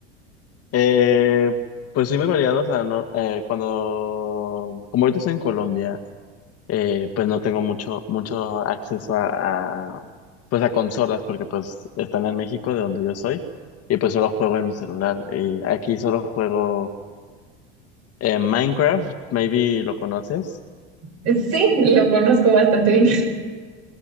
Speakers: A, on the left; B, on the right.
A: Eh, pues soy muy variado, o sea, no, eh, cuando, como ahorita estoy en Colombia, eh, pues no tengo mucho, mucho acceso a, a, pues a consolas porque pues están en México, de donde yo soy, y pues solo juego en mi celular. Y aquí solo juego eh, Minecraft, maybe lo conoces.
B: Eh, Sí, lo conozco bastante bien.